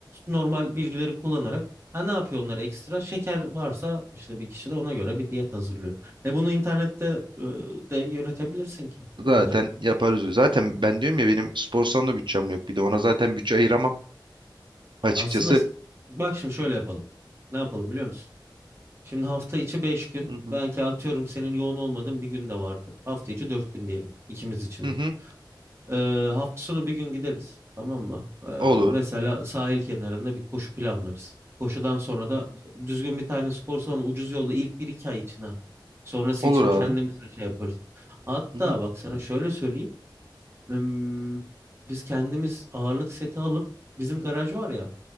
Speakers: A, on the right (about 30°); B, on the right (about 75°).
A: normal bilgileri kullanarak ha ne yapıyor onlar ekstra? Şeker varsa işte bir kişi de ona göre bir diyet hazırlıyor. E bunu internette e, de yönetebilirsin ki.
B: Zaten
A: Ne olacak?
B: yaparız. Zaten ben diyorum ya benim spor salonu bütçem yok. Bir de ona zaten bütçe ayıramam açıkçası.
A: Aslında s- bak şimdi şöyle yapalım. Ne yapalım biliyor musun? Şimdi hafta içi 5 gün.
B: Hı hı.
A: Belki atıyorum senin yoğun olmadığın bir gün de vardır. Hafta içi 4 gün diyelim ikimiz için
B: Hı
A: de.
B: hı.
A: Ee, hafta sonu bir gün gideriz. Tamam mı? Ee,
B: Olur.
A: mesela sahil kenarında bir koşu planlarız. Koşudan sonra da düzgün bir tane spor salonu ucuz yolda ilk bir iki ay için ha. Sonrası
B: Olur
A: için
B: abi.
A: kendimiz de şey yaparız. Hatta
B: Hı hı.
A: bak sana şöyle söyleyeyim. Hmm, Biz kendimiz ağırlık seti alıp bizim garaj var ya.